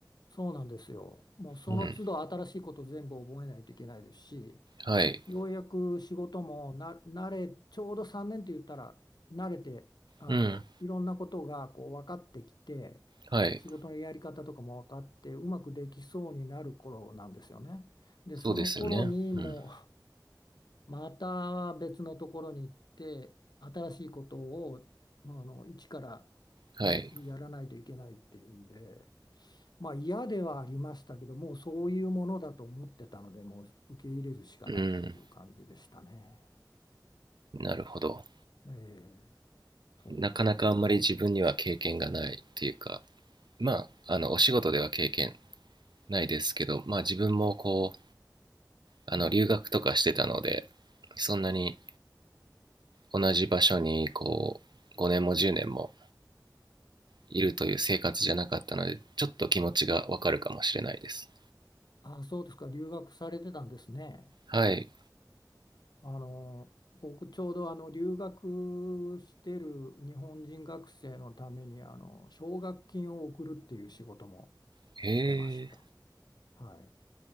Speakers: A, on the left; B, on the right.
A: そうなんですよ。もうその都度新しいこと全部覚えないといけないですし、
B: うん。はい。
A: ようやく仕事もな慣れ、ちょうど3年って言ったら慣れて、あの、
B: うん。
A: いろんなことがこう分かってきて、
B: はい。
A: 仕事のやり方とかも分かって、うまくできそうになる頃なんですよね。で、
B: そうですよね。
A: その頃にも
B: うん。
A: う、<laughs> また別のところに行って、新しいことを、まあ、あの、一から
B: はい。
A: ね、やらないといけないっていうんで、まあ嫌ではありましたけど、もうそういうものだと思ってたので、もう受け入れるしかないという感じでしたね。
B: うん。なるほど。
A: ええ、そうなんですよ。
B: なかなかあんまり自分には経験がないっていうか、まあ、あの、お仕事では経験ないですけど、まあ自分もこあの留学とかしてたのでそんなに
A: うん。
B: 同じ場所にこう5年も10年もいるという生活じゃなかったのでちょっと気持ちがわかるかもしれないです
A: あ、そうですか。留学されてたんですね。
B: はい
A: あの、僕ちょうどあの留学してる日本人学生のためにあの奨学金を送るっていう仕事も
B: へえ
A: してました。はい。